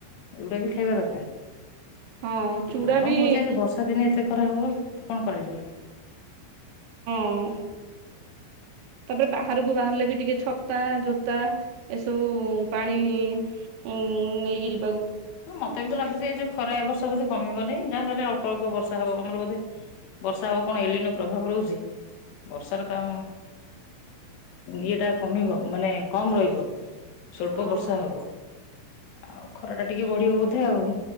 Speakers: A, on the left; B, on the right.
A: ଏଗୁଡା ବି ଖାଇବା ଦରକାର
B: ହଁ ଚୁଡ଼ା
A: ଗରମ
B: ବି
A: ହଉଚି ଆଜି ବର୍ଷା ଦିନେ ଏତେ ଖରା ହୋଉ କଣ କରାଯିବ
B: ଅଉଁ ତାପରେ ବାହାରକୁ ବାହାରିଲେ ବି ଟିକେ ଛତା ଜୋତା ଏସବୁ ପାଣି ନେଇିକି ଯି
A: ହଁ ମତେ ବି ତ ଲାଗୁଚି ଏଇ ଯୋଉ ଖରା ଏ ବର୍ଷ ବୋଧେ କମିବନି ଯାହାହଲେ ଅଳ୍ପ ଅଳ୍ପ ବର୍ଷା ହବ ଆମର ବୋଧେ ବର୍ଷା ହବ କଣ ଏଲିନର ପ୍ରଭାବ ରହୁଚି ବର୍ଷାର ତ ଅଁ ଇଏଟା କମିବ ମାନେ କମ ରହିବ ଛୋଟ
B: ହଁ
A: ବର୍ଷା ହବ ଆଉ ଖରାଟା ଟିକେ ବଢିବ ବୋଧେ ଆଉ